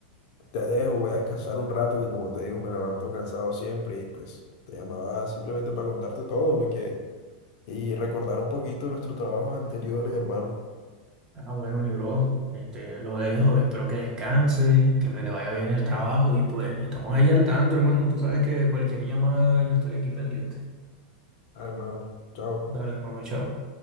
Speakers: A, on the left; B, on the right.
A: te dejo, voy a descansar un rato que como te digo me levanto cansado siempre y pues te llamaba simplemente para contarte todo, porque y recordar un poquito nuestros trabajos anteriores, hermano.
B: Ah, bueno, mi bro, este, lo dejo, espero que descanse, que me le vaya bien el trabajo y pues estamos ahí al tanto, hermano. Tú sabes que cualquier llamada yo estoy aquí pendiente.
A: Ah, hermano, chao.
B: Dale, hermano, chao.